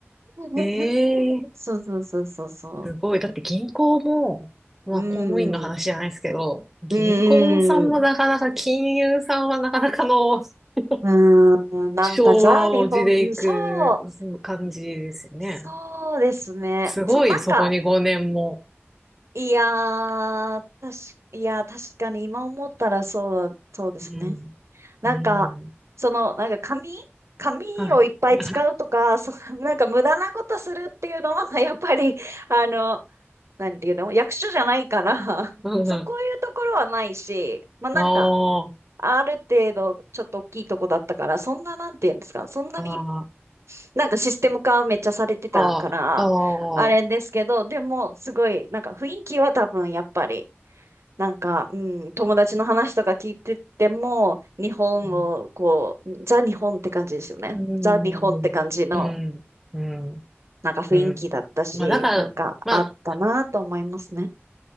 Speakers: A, on the right (about 85°); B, in the centre.
A: <laughs>
B: ね。<laughs> ええ
A: そうそうそうそうそ
B: すごい。だって銀行も、まあ公務員の話じゃないですけど、
A: う。うん。
B: 銀行さんもなかなか、
A: うん。
B: 金融さんはなかなかの <laughs>
A: うーん。なんかザ・
B: 昭和を地でいく感じですよね。
A: 日本、うん、そう。そうですね。
B: すごい、
A: そう、なんか、
B: そこに5年も。
A: いやー、確か、いやー、確かに今思ったらそう、そうですね。
B: うん。
A: なんか、
B: うん。
A: その、なんか紙紙をいっぱい使うとか、
B: はい。<laughs>
A: その、なんか無駄なことするっていうのは、やっぱり、あの、なんていうの、役所じゃないから、<laughs>
B: うんうん。
A: そう、こういうところはないし、まあなんか、
B: あー
A: ある程度、ちょっと大きいとこだったから、そんな、なんていうんですか、そんなに、
B: あー、
A: なんかシステム化めっちゃされてたから、
B: あーあ
A: あれですけど、
B: ー、
A: でも、すごい、なんか雰囲気は多分、やっぱり、なんか、うん、友達の話とか聞いてても、日本を、
B: うん、
A: こう、ザ日本って感じですよね。
B: うん、
A: ザ日本って感じの、
B: うん、うん。
A: なんか雰囲気だったし、
B: うんまあ、だから、
A: なんかあったなと思いますね。
B: まあ、